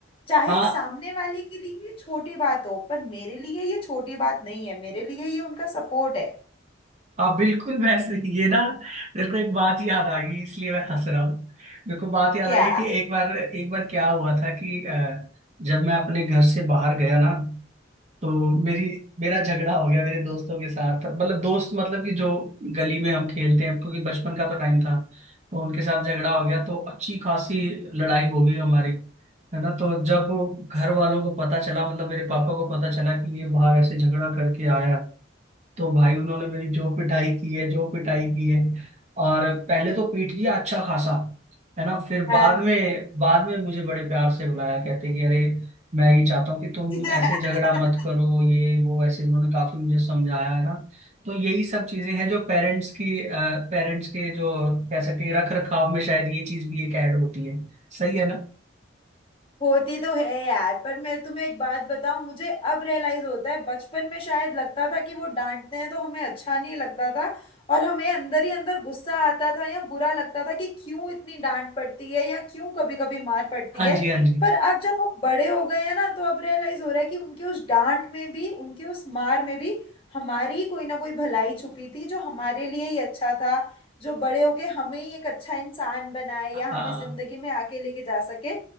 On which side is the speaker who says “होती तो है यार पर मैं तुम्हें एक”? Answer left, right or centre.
Left